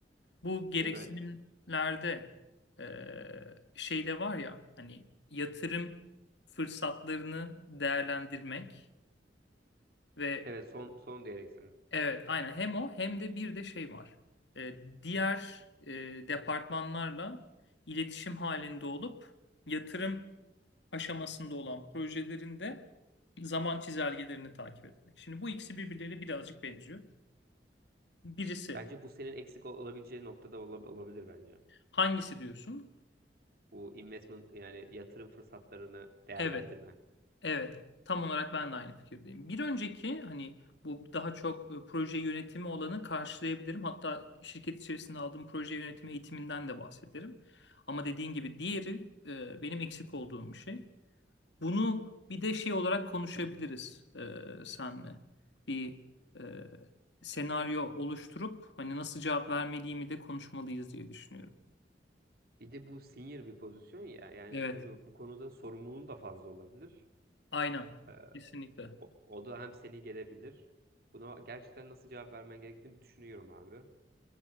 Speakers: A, on the left; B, on the right.
A: Bu gereksinimlerde
B: Evet.
A: eee şey de var ya hani yatırım fırsatlarını değerlendirmek ve
B: Evet son son diyerek
A: evet aynen hem o hem de bir de şey var. Eee, diğer eee, departmanlarla iletişim halinde olup yatırım aşamasında olan projelerinde zaman çizelgelerini takip etmek. Şimdi bu ikisi birbirleriyle birazcık benziyor. Birisi
B: Bence bu senin eksik ol- olabileceği noktada ola- olabilir bence.
A: hangisi diyorsun?
B: Bu investment yani yatırım fırsatlarını değerlendirme.
A: Evet. Evet, tam olarak ben de aynı fikirdeyim. Bir önceki hani bu daha çok e, proje yönetimi olanı karşılayabilirim. Hatta şirket içerisinde aldığım proje yönetimi eğitiminden de bahsederim. Ama dediğin gibi diğeri e, benim eksik olduğum bir şey. Bunu bir de şey olarak konuşabiliriz e, senle. Bir e, senaryo oluşturup hani nasıl cevap vermediğimi de konuşmalıyız diye düşünüyorum.
B: Bir de bu senior bir pozisyon ya yani
A: Evet,
B: e, bu konuda sorumluluğun da fazla olabilir.
A: aynen.
B: Ee,
A: Kesinlikle.
B: o, o da hem seni gelebilir. Buna gerçekten nasıl cevap vermen gerektiğini düşünüyorum abi.